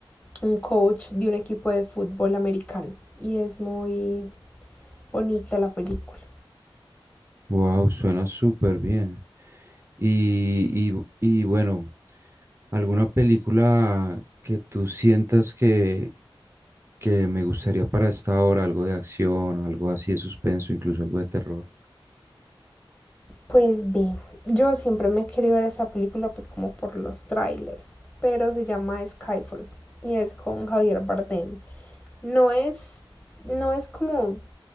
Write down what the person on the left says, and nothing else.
un coach de un equipo de fútbol americano y es muy bonita la película.
Pues ve, yo siempre me he querido ver esa película pues como por los trailers, pero se llama Skyfall y es con Javier Bardem. No es no es como